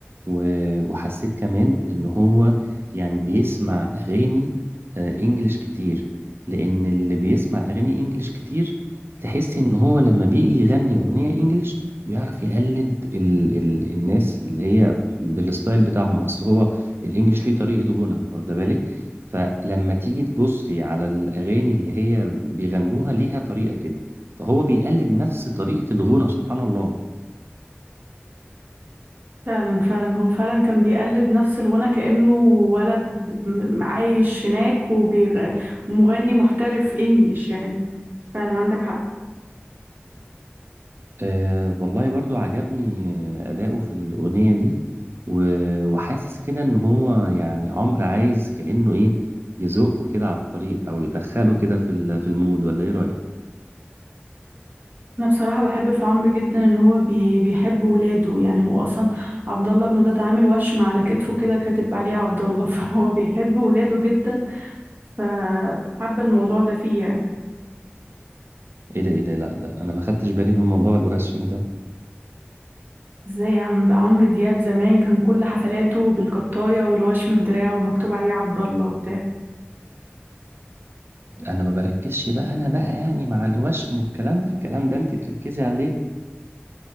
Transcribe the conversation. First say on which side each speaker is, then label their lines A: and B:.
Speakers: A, on the right; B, on the right.
A: و- وحسيت كمان ان هو يعني بيسمع اغاني آه، انجليش كتير لان اللي بيسمع اغاني انجليش كتير تحس ان هو لما بيجي يغني اغنية انجليش بيعرف يقلد ال ال الناس اللي هي بالستايل بتاعهم اصل هو الانجليش ليه طريقة غنى واخده بالك فلما تيجي تبصي على الاغاني اللي هي بيغنوها ليها طريقة كده فهو بيقلد نفس طريقة الغنى سبحان الله
B: فعلا فعلا هو فعلا كان بيقلد نفس الغنى كأنه ولد م- عايش هناك وبيغ... ومغني محترف إنجليش يعني فعلا عندك حق
A: آه والله برضو عجبني آه، أداؤه في الأغنية دي و- وحاسس كده إن هو يعني عمرو عايز كأنه إيه يزقه كده على الطريق أو يدخله كده في ال- في المود ولا إيه رأيك؟
B: انا بصراحه بحب في عمرو جدا ان هو بي بيحب ولاده يعني هو اصلا عبد الله ابنه ده اتعامل وشم على كتفه كده كاتب عليه عبد الله <laughs> فهو بيحب ولاده جدا فحابه الموضوع ده فيه يعني
A: إيه ده إيه ده لا لا أنا ما خدتش بالي من موضوع الوشم ده
B: ازاي يا عم ده عمرو دياب زمان كان كل حفلاته بالقطايه والوشم في دراعه ومكتوب عليه عبد الله وبتاع
A: أنا ما بركزش بقى أنا بقى يعني مع الوشم والكلام ده الكلام ده أنتي تركزي عليه